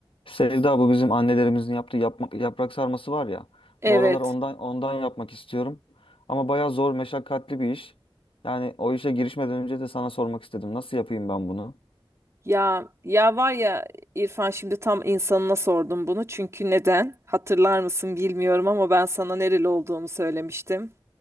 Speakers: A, on the left; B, on the right.
A: Sevda bu bizim annelerimizin yaptığı yapmak, yaprak sarması var ya.
B: Evet.
A: Bu aralar ondan ondan yapmak istiyorum. Ama bayağı zor, meşakkatli bir iş. Yani o işe girişmeden önce de sana sormak istedim. Nasıl yapayım ben bunu?
B: Ya ya var ya İrfan şimdi tam insanına sordum bunu. Çünkü neden? Hatırlar mısın bilmiyorum ama ben sana nereli olduğumu söylemiştim.